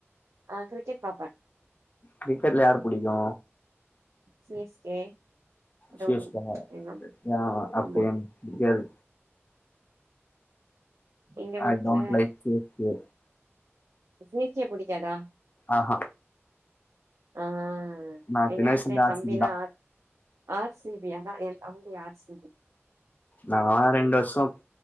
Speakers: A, on the right; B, on the left.
A: ஆ கிரிக்கெட் பாப்பே
B: கிரிக்கெட்ல யார புடிக்கு
A: C S K
B: C
A: Dhoni
B: S K னா
A: எல்லா
B: அ அப்ப
A: ஆமா
B: எனக்கு புடிக்காது
A: எங்க வீட்ல
B: ஐ don't like C S K
A: C S K புடிக்காதா
B: ஆஹ
A: அ
B: நா
A: எங்க
B: சின்ன
A: வீட்ல
B: வயசுல
A: ஏ
B: இருந்து ஆர்
A: தம்பிலா
B: சி பி தா
A: ஆர் சி பி அதா ஏ தம்பி ஆர் சி பி
B: நாங்கலா ரெண்டு வர்ஷோ